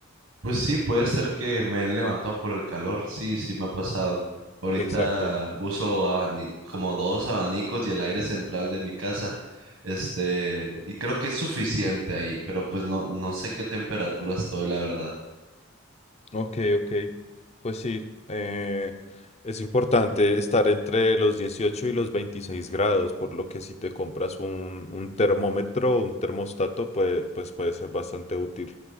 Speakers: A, on the right (about 85°); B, on the left (about 30°).
A: Pues sí, puede ser que me he levantado por el calor, sí, sí me ha pasado. Ahorita
B: Exacto.
A: uso abani- como dos abanicos y el aire central de mi casa, este, y creo que es suficiente ahí, pero pues no, no sé qué temperatura estoy, la verdad.
B: Ok, ok. Pues sí, eh, es importante estar entre los 18 y los 26 grados, por lo que si te compras un, un termómetro, o un termostato, puede, pues puede ser bastante útil.